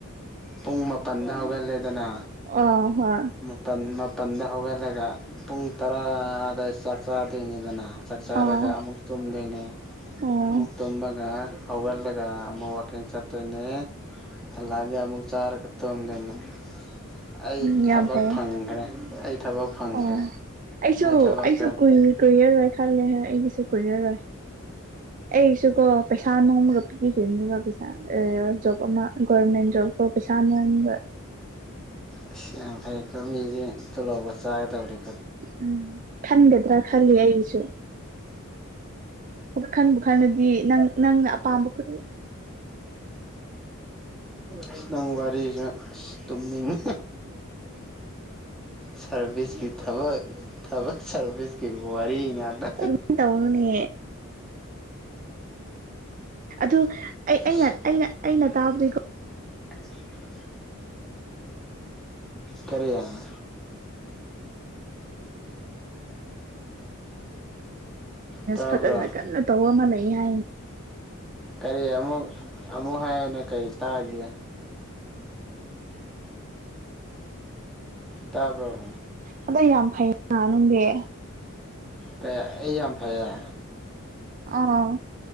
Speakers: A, in the centre; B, on the right.
A: ꯄꯨꯡ ꯃꯥꯄꯜꯗ ꯍꯧꯒꯜꯂꯦꯗꯅ
B: ꯑ ꯍꯣꯏ
A: ꯃꯄꯥꯟ ꯄꯗꯦ ꯍꯒꯜꯂꯒ ꯄꯨꯡ ꯇꯔꯥ ꯑꯗꯨꯗ ꯆꯠ ꯆꯗꯣꯏꯅꯤꯗꯅ ꯆꯥꯛ ꯆꯥꯔꯒ
B: ꯑ ꯑꯣ
A: ꯑꯃꯨꯛ ꯇꯨꯝꯗꯣꯏꯅꯦ
B: ꯑꯣ
A: ꯑꯃꯨꯛ ꯇꯨꯝꯃꯒ ꯑꯋꯜꯂꯒ ꯑꯃ ꯋꯥ ꯏꯡ ꯆꯠꯠꯇꯅꯤ ꯂꯥꯛꯒꯦ ꯑꯨꯛ ꯆꯥꯔ ꯈꯛꯇꯝ ꯂꯩꯣꯏꯅ ꯎ ꯑꯩ
B: ꯎꯝ ꯌꯥꯝ
A: ꯊꯕꯛ
B: ꯐꯩꯌꯦ
A: ꯐꯪꯈ꯭ꯔꯦ ꯑꯩ ꯊꯕꯛ ꯐꯪꯈ꯭ꯔꯦ
B: ꯑꯣ ꯑꯩꯁꯨ
A: ꯑꯩ ꯊꯕꯛꯇ
B: ꯑꯩꯁꯨ ꯀꯨꯏ ꯀꯨꯏꯔꯦꯔꯣꯏꯦ ꯈꯜꯂꯦꯍꯦ ꯑꯩꯒꯤꯁꯨ ꯀꯣꯏ ꯒꯥ ꯑꯦꯁꯨ ꯀꯣ ꯄꯩꯁꯥꯅ ꯍꯥꯅꯤ ꯄꯦꯡꯕ ꯄꯩꯁꯥ ꯖꯕ ꯑꯃ ꯚꯣꯔꯔꯃꯦꯟ ꯕ ꯀ ꯄꯩꯁꯥꯅꯅꯕ
A: ꯑꯁ ꯌꯥꯝ ꯐꯩꯀꯣ ꯃꯤꯁꯦ ꯇꯨꯜꯍꯥꯎꯧꯕ ꯆꯥꯒꯗꯧꯔꯤ
B: ꯎꯝ ꯊꯟꯗꯗ꯭ꯔ ꯈꯂꯤ ꯑꯁ ꯈꯟꯕꯨ ꯈꯜꯂꯗꯤ ꯅꯪ ꯅꯪꯅ ꯑꯄꯥꯝꯕ ꯎ
A: ꯈꯤꯇꯪ ꯋꯥꯔꯤꯁꯨ ꯇꯨꯝꯅꯤꯡꯉꯤ ꯁꯥꯔꯚꯤꯁꯀꯤ ꯊꯕꯛ ꯊꯕꯛ ꯁꯥꯔꯚꯤꯁꯀꯤ ꯋꯥꯔꯤ ꯌꯥꯗ
B: ꯑꯗꯨꯃꯥꯏꯅ ꯇꯧꯅꯨꯅꯦ ꯑꯗꯨ ꯑꯩ
A: ꯑꯁ
B: ꯑꯩꯅ ꯑꯩꯅ ꯑꯩꯅ ꯇꯥꯕꯗꯤꯀꯣ
A: <unintelligible> ꯀꯔ ꯌꯥꯅ ꯇꯥꯕ꯭ꯔꯣ
B: ꯐꯖꯅ ꯀꯟꯅ ꯇꯧꯕ ꯑꯃ ꯂꯩ ꯌꯥ
A: ꯀꯔꯤ ꯑꯃꯨꯛ ꯑꯃꯨꯛ ꯍꯥꯏꯌꯅ ꯀꯔꯤ ꯇꯥꯒꯦ ꯇꯥꯔꯕ
B: ꯑꯗ ꯌꯥꯝ ꯐꯩꯅ ꯅꯨꯡꯗꯤ
A: ꯀ ꯑꯩ ꯌꯥꯝ ꯐꯩꯌꯥ ꯎ
B: ꯑꯥ